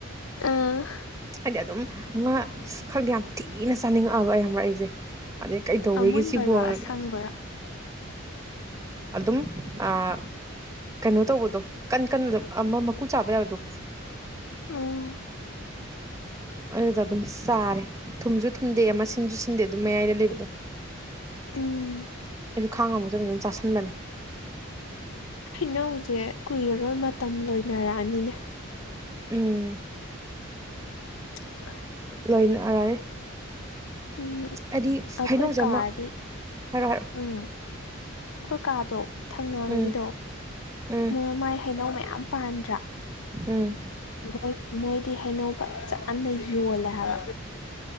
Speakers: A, on the left; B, on the right.
A: ꯑ
B: ꯍꯥꯏꯘꯤ ꯑꯘꯨꯝ ꯑꯃꯥ ꯈꯪꯗꯦ ꯌꯥꯝꯊꯤꯅ ꯆꯥꯅꯤꯡꯉꯛꯑꯕ ꯈꯪꯕ꯭ꯔꯥ ꯑꯪꯖꯦ ꯑꯗꯩ ꯀꯩꯗꯧꯋꯦꯒꯦ
A: ꯑꯃꯨꯟꯕꯔꯣ
B: ꯁꯤꯕꯨꯅ
A: ꯑꯁꯪꯕꯔꯣ
B: ꯑꯗꯨꯝ ꯑꯥ ꯀꯩꯅꯣ ꯇꯧꯕꯗꯣ ꯀꯟ ꯀꯟꯅ ꯑꯃ ꯃꯀꯨ ꯆꯥꯕ ꯌꯥꯕꯗꯣ
A: ꯎꯝ
B: ꯑꯗꯨꯗ ꯑꯗꯨꯝ ꯆꯥꯔꯦ ꯊꯨꯝꯁꯨ ꯊꯨꯝꯗꯦ ꯑꯃ ꯁꯤꯟꯁꯨ ꯁꯤꯟꯗꯦ ꯑꯗꯨꯝ ꯃꯌꯥꯏꯘꯥ ꯂꯩꯕꯗꯣ
A: ꯎꯝ
B: ꯑꯩꯁꯨ ꯈꯡ ꯉꯥꯝꯃꯥꯛ ꯇꯥꯘꯥꯅꯥ ꯑꯗꯨꯝ ꯆꯥꯁꯑꯕꯥꯅꯦ
A: ꯍꯩꯅꯧꯖꯦ ꯀꯨꯏꯔꯥꯔꯣꯏ ꯃꯇꯥꯝ ꯂꯣꯏꯅꯔꯥꯛ ꯑꯅꯤꯅꯦ
B: ꯎꯝ
A: <unintelligible> <inaudible>
B: ꯂꯣꯏꯅꯔꯅꯤ
A: ꯎꯝ
B: ꯍꯥꯏꯗꯤ
A: ꯑꯩꯈꯣꯏ
B: ꯍꯩꯅꯧꯁꯦ
A: ꯀꯥꯗꯤ
B: ꯑꯃ ꯍꯥꯏꯔꯣ ꯍꯥꯏꯔꯣ
A: ꯎꯝ ꯑꯩꯈꯣꯏ ꯀꯥꯗꯣ ꯊꯪꯅꯕꯒꯤꯗꯣ
B: ꯎꯝ ꯎꯝ
A: ꯃꯣꯏ ꯃꯥꯏ ꯍꯥꯏꯅꯧ ꯃꯌꯥꯝ ꯌꯥꯝ ꯄꯥꯟꯗ꯭ꯔꯥ
B: ꯎꯝ
A: ꯃꯣꯏ ꯃꯣꯏꯗꯤ ꯍꯩꯅꯧꯕ ꯆꯠꯟꯅ ꯌꯣꯜꯂꯦ ꯍꯥꯏꯕ